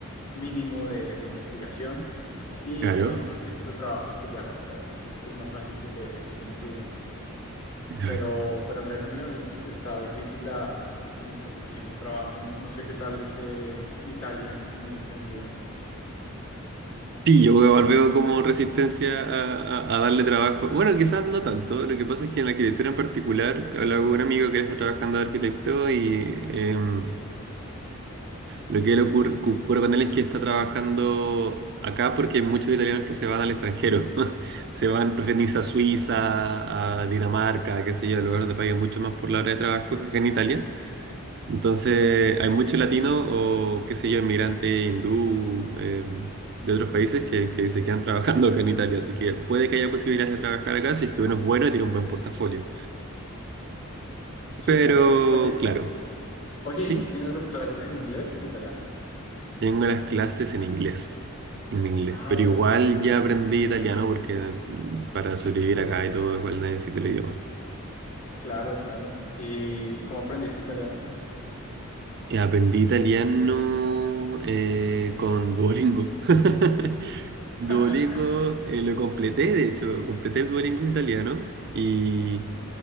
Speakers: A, on the left (about 85°); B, on the right (about 50°).
A: mínimo de, de investigación y
B: Claro,
A: en otros tipos de trabajos pues ya, ya es, es más fácil que te, que te incluyan
B: claro.
A: pero, pero en Reino Unido es- está difícil la- el, el conseguir trabajo. No, no sé qué tal esté Italia en ese sentido.
B: Sí, yo veo veo como resistencia a, a- a darle trabajo. Bueno, quizás no tanto. Lo que pasa es que en la arquitectura en particular, que hablaba con un amigo que él está trabajando de arquitecto y em, lo que le ocurre, cu- ocurre con él es que está trabajando acá porque hay muchos italianos que se van al extranjero. <laughs> Se van, prefieren irse a Suiza, a Dinamarca, qué sé yo, lugares donde paguen mucho más por la hora de trabajo que acá en Italia. Entonces, hay muchos latinos o, qué sé yo, inmigrantes hindú eh, de otros países que, que se quedan <laughs> trabajando acá en Italia. Así que puede que haya posibilidades de trabajar acá si es que uno es bueno y tiene un buen portafolio.
A: Sí,
B: Pero,
A: claro. Oye,
B: claro,
A: oye,
B: sí,
A: ¿y tú tienes las clases en inglés o en italiano?
B: tengo las clases en inglés. En inglés.
A: Ah,
B: Pero
A: vea,
B: igual
A: pues, es-
B: ya aprendí italiano porque mm, para sobrevivir acá y todo, igual necesito el idioma.
A: claro, claro. ¿Y cómo aprendiste italiano?
B: Eh, Aprendí italiano eh, con Duolingo. <laughs> Duolingo
A: <laughs>
B: eh, lo completé, de hecho, completé el Duolingo italiano y